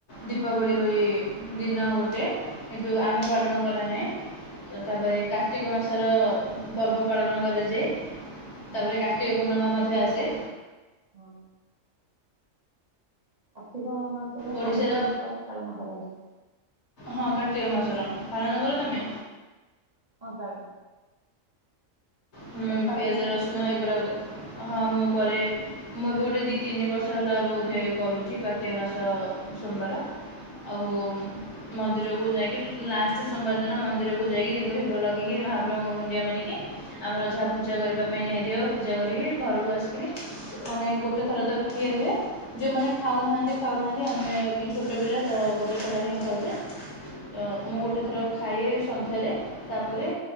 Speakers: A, on the left; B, on the right.
A: ଦୀପାବଳି ଭଳି ଦିନ ଗୋଟେ କିନ୍ତୁ ଆମେ
B: ହଁ।
A: ପାଳନ କରେ ନାହିଁ ତ ତାପରେ କା କାର୍ତ୍ତିକ ମାସର ପର୍ବ ପାଳନ କରାଯାଏ
B: ହଁ
A: ତାପରେ
B: ହଁ
A: କାର୍ତ୍ତିକ ପୂର୍ଣ୍ଣିମା ମଧ୍ୟ ଆସେ
B: ହଁ। କାର୍ତ୍ତିକ ମାସର
A: ଓଡ଼ିଶାର
B: ସବୁ ସୋମବାର ପାଳନ କରାଯାଏ।
A: ହଁ କାର୍ତ୍ତିକ ମାସର ପାଳନ କର ତମେ?
B: ହଁ ପା
A: ହୁଁ
B: ପାଳନ
A: ପିଆଜ
B: କର?
A: ରସୁନ ଏଗୁଡା ହଁ ମୁ କରେ। ମୁଁ ଏବେ ଗୋଟେ ଦି ତିନି ବର୍ଷ ହେଲା ବୋଧେ କରୁଚି କାର୍ତ୍ତିକ ମାସ ସୋମବାର। ଆଉ
B: ନାଇଁ
A: ମନ୍ଦିରକୁ ଯାଇକି। ଲାଷ୍ଟ ସୋମବାର ଦିନ ମନ୍ଦିରକୁ ଯାଇକି ଦୀପ ଫିପ୍ ଲଗେଇକି ମହାପ୍ରଭୁଙ୍କୁ ମୁଣ୍ଡିଆ ମାରିକି ଆମର ଯାହା ପୂଜା କରିବା ପାଇଁ ନିଆ ହେଇଥିବ ପୂଜା କରିକି ଘରକୁ ଆସିକିରି ମାନେ ଗୋଟେ ଥର ତ ଖିଆ ହୁଏ। ଯୋଉମାନେ ଖାଉନାହାନ୍ତି ଖାଉନାହାନ୍ତି ଆମେ ବାକିି ଛୋଟ ପିଲା ତ ଗୋଟେ ଥର ହିଁ ଖାଆନ୍ତି। ଅ ମୁଁ ଗୋଟେ ଥର ଖାଏ ସନ୍ଧ୍ୟାରେ। ତାପରେ